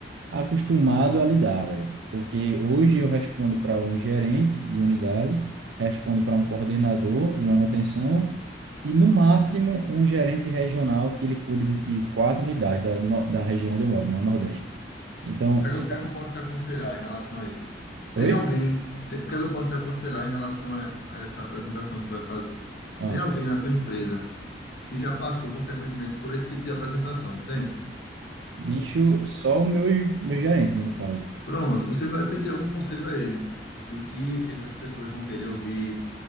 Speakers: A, on the right (about 85°); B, on the left (about 60°).
A: acostumado a lidar, velho. Porque hoje eu respondo para um gerente de unidade, respondo para um coordenador de manutenção e, no máximo, um gerente regional que ele cuide de, de quatro unidades da, do no- da região onde eu moro, né? O Nordeste. Então,
B: O que é
A: são
B: que eu o que é que eu posso te aconselhar em relação a isso?
A: Oi?
B: Tem alguém, tem- o que é que eu posso te aconselhar em relação a, a essa apresentação que tu vai fazer?
A: Ah,
B: Tem alguém na tua empresa que já passou, consequentemente, por esse tipo de apresentação, não tem?
A: bicho, só o meu, meu gerente, né, no caso.
B: Pronto, você vai pedir algum conselho a ele do que essas pessoas vão querer ouvir,